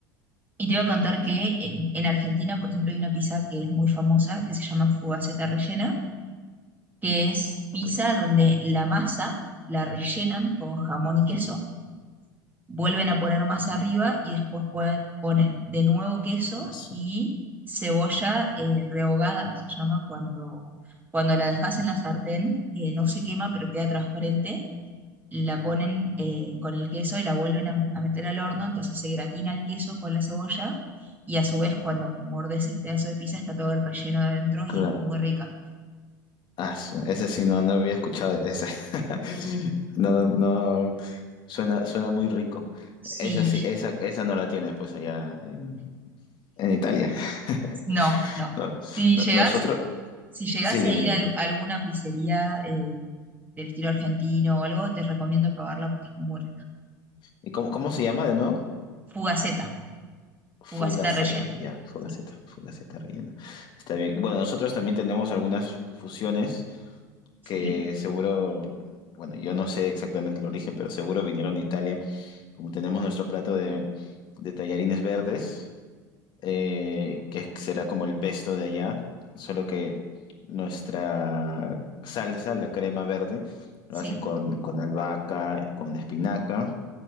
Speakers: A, on the right; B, on the left.
A: y te iba a contar que
B: Y-
A: en, en Argentina, por ejemplo, hay una pizza que es muy famosa, que se llama fugaceta rellena, que es pizza
B: ok.
A: donde la masa la rellenan con jamón y queso vuelven a poner más arriba y después pue- ponen de nuevo queso
B: Asu-
A: y cebolla eh, rehogada, se llama cuando, cuando la dejas en la sartén, eh, no se quema pero queda transparente, la ponen eh, con el queso y la vuelven a, a meter al horno, entonces se gratina el queso con la cebolla y a su vez cuando mordes el pedazo de pizza está todo el relleno de adentro
B: Claro.
A: y es muy rica.
B: Asu. ese sí, no, no había escuchado de ese <laughs> No, no, no. Suena, suena muy rico.
A: sí
B: Esa sí, esa, esa no la tienen pues allá en, en Italia. <laughs>
A: no, no.
B: No-
A: Si
B: no-
A: llegas
B: nosotros,
A: Si llegás
B: sí, dime,
A: a ir
B: dime.
A: a, al- alguna pizzería eh, del estilo argentino o algo, te recomiendo probarla porque es muy rica.
B: ¿Y cómo, cómo se llama de nuevo?
A: Fugaceta,
B: Fugaceta,
A: fugaceta rellena.
B: ya, Fugaceta,
A: Sí,
B: Fugaceta rellena. Está bien. Bueno, nosotros también tenemos algunas fusiones
A: sí,
B: que seguro, bueno, yo no sé exactamente el origen, pero seguro vinieron de Italia, como tenemos nuestro plato de, de tallarines verdes, eh, que será como el pesto de allá, solo que nuestra salsa, la crema verde,
A: sí.
B: lo hacen con, con albahaca, con espinaca